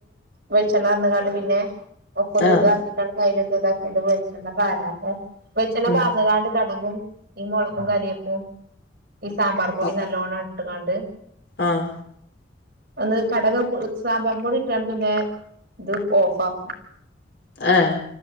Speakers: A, on the right (about 55°); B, on the left (about 60°).
A: വെളിച്ചെണ്ണാർന്ന്കാണ്ട് പിന്നെ ഒക്ക ഒന്ന്
B: ആഹ്
A: ഇതാക്കിക്കാണ്ട് കയി ഇതാക്ക്യാണ്ട് വെളിച്ചെണ്ണ പാരാതെ വെളിച്ചെണ്ണ
B: ഉം
A: പാർന്ന്കാണ്ട് കടുകും ഈ മുളകും കരിയേപ്പും ഈ സാമ്പാർ പുളി
B: ഓഹ്
A: നല്ലോണ ട്ട്ക്കാണ്ട്
B: ആഹ്
A: ഒന്ന് കടക് പൊ സാമ്പാറും പൊടി ഇട്ട്കാണ്ട് പിന്നേ ത് ഓഫ് ആക്കും.
B: ഏഹ്